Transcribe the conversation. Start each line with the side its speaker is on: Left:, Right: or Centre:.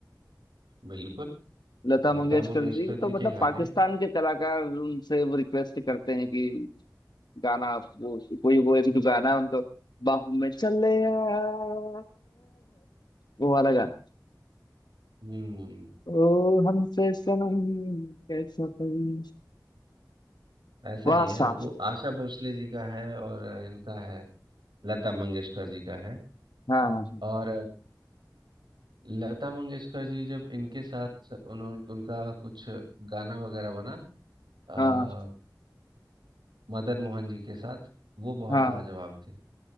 Right: बिल्कुल
Left: लता मंगेशकर
Right: लता मंगेशकर
Left: जी
Right: जी
Left: तो मतलब
Right: के गाने
Left: पाकिस्तान
Right: हैं,
Left: के कलाकार उनसे वो रिक्वेस्ट करते हैं कि गाना आप वो कोई वो एक जो गाना है उनको बाहों में चले आ, वो वाला गाना
Right: हम्म
Left: ओ हमसे सनम कैसा करूँ
Right: ऐसा
Left: वाह
Right: ही है
Left: साहब
Right: वो आशा भोसले जी का है और इनका है लता मंगेशकर जी का है
Left: हाँ
Right: और लता मंगेशकर जी जब इनके साथ उन्होंने उनका कुछ गाना वगैरह बना आ,
Left: हाँ
Right: मदन मोहन जी के साथ वो बहुत
Left: हाँ
Right: लाजवाब थे